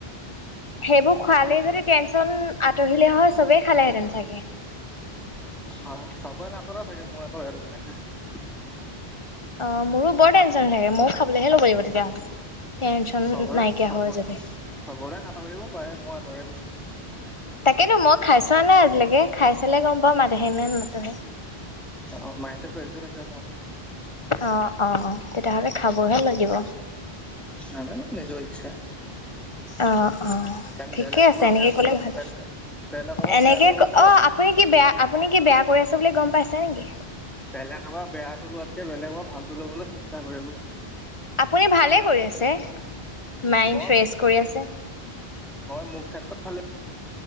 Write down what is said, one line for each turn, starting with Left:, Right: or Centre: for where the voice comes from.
Left: সেইবোৰ খোৱালেই যদি টেনশন আঁতৰিলে হয় চবেই খালেহেঁতেন চাগে।
Centre: অ চবৰে নাটৰে চাগে মোৰ আতৰে কাৰনে খাইছো।
Left: অ' মোৰো বৰ টেনশ্যন হৈ থাকে, মইয়ো খাবলৈহে ল'ব লাগিব তেতিয়াহ'লে। টেনচন
Centre: চবৰে
Left: নাইকিয়া
Centre: চব
Left: হয় যদি
Centre: চবৰে নাটৰিব পাৰে মই আঁতৰে গৈছো।
Left: তাকেতো মই খাই চোৱা নাই আজিলৈকে, খাই চালে গম পাম আতহে নে নাতৰহে।
Centre: অ মাইণ্ডটো ফ্ৰেচ হৈ থাকে অকমান।
Left: অ' অ' অ' তেতিয়াহ'লে খাবহে লাগিব
Centre: নাজানো নিজৰ ইচ্ছা।
Left: অ' অ'
Centre: কাৰণ
Left: ঠিকে
Centre: বেলেগৰ
Left: আছে
Centre: পৰা
Left: এনেকে
Centre: বেয়াটো
Left: ক'লে
Centre: লোৱাত
Left: ভাল।
Centre: বেলেগৰ পৰা
Left: এনেকে
Centre: বেয়াটো লোৱাতকে
Left: অ আপুনি কি বেয়া আপুনি কি বেয়া কৰি আছে বুলি গম পাইছে নেকি?
Centre: বেলেগমাৰ বেয়াটো লোৱাতকে বেলেগাৰ ভালতটো লবলৈ চেষ্টা কৰিব
Left: আপুনি ভালে কৰি আছে মাইড
Centre: মই
Left: ফ্ৰেছ
Centre: মোৰ
Left: কৰি আছে
Centre: মই মোৰ ক্ষেত্ৰত ভালে